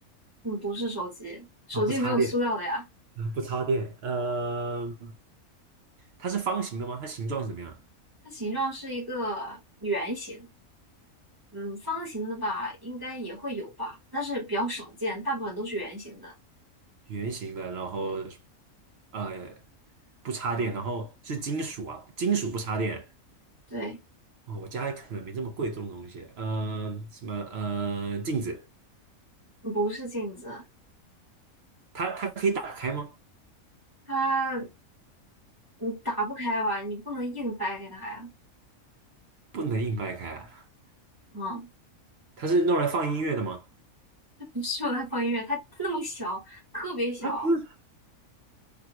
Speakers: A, on the right (about 20°); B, on the right (about 60°).
A: 嗯，不是手机，手机没有塑料的呀。
B: 啊，不插电，啊，不插电，呃，它是方形的吗？它形状是怎么样？
A: 它形状是一个圆形，嗯，方形的吧，应该也会有吧，但是比较少见，大部分都是圆形的。
B: 圆形的，然后呃不插电，然后是金属啊，金属不插电。
A: 对，
B: 哦，我家里可能没这么贵重的东西。呃，什么呃镜子，
A: 不是镜子，
B: 它它可以打开吗？
A: 它你打不开吧，你不能硬掰开它呀。
B: 能硬掰开啊？
A: 嗯。
B: 它是用来放音乐的吗？
A: 不是要放音乐，它那么小，特别小，
B: 它不是，